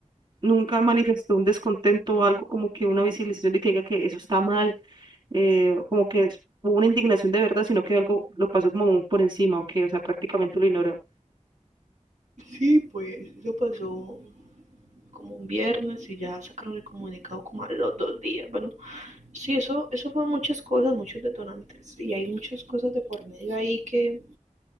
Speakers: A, on the right (about 35°); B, on the right (about 65°).
A: nunca manifestó un descontento o algo como que una visibilización de que diga que eso está mal eh, como que es- hubo una indignación de verdad, sino que algo lo pasó como muy por encima, o que, o sea, prácticamente lo ignoró.
B: Sí, pues, eso pasó. como un viernes y ya sacaron el comunicado como a los dos días. Bueno, sí, eso, eso fue muchas cosas, muchos detonantes y hay muchas cosas de por medio ahí que,